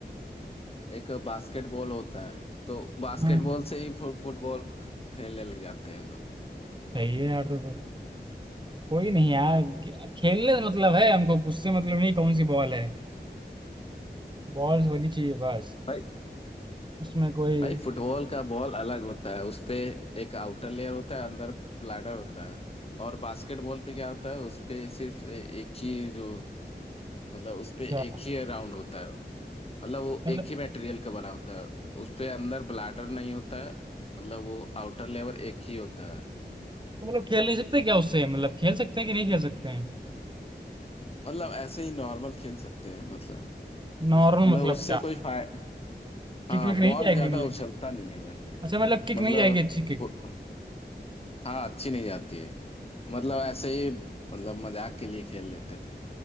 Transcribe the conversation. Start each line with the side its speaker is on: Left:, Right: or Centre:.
Left: एक बास्केटबॉल होता है तो बास्केटबॉल
Right: हाँ
Left: से ही फुट फुटबॉल खेलने लग जाते हैं हम लोग
Right: सही है यार तो, तो कोई नहीं यार खे- खेलने से मतलब है हमको उससे मतलब नहीं कौन सी बॉल है बॉल होनी चाहिए बस
Left: भाई
Right: उसमें कोई
Left: भाई फुटबॉल का बॉल अलग होता है उसपे एक आउटर लेयर होता है अंदर ब्लैडर होता है और बास्केटबॉल पे क्या होता है उसपे सिर्फ ए- एक ही जो मतलब उसपे
Right: क्या
Left: एक ही राउंड होता है मतलब वो
Right: मतलब
Left: एक ही मटेरियल का बना होता है उसपे अंदर ब्लैडर नहीं होता है मतलब वो आउटर लेयर एक ही होता है
Right: तो मतलब खेल नहीं सकते क्या उससे मतलब खेल सकते हैं कि नहीं खेल सकते हैं
Left: मतलब ऐसे ही नॉर्मल खेल सकते हैं मतलब
Right: नॉर्मल
Left: मतलब
Right: मतलब
Left: उससे
Right: क्या
Left: कोई फायदा
Right: किक
Left: हाँ
Right: विक
Left: बॉल
Right: नहीं जाएगी
Left: ज्यादा
Right: मतलब
Left: उछलता नहीं है वैसे
Right: अच्छा मतलब किक
Left: मतलब
Right: नहीं जाएगी अच्छी किक
Left: वो- हाँ अच्छी नहीं जाती है मतलब ऐसे ही मतलब मजाक के लिए खेल लेते थे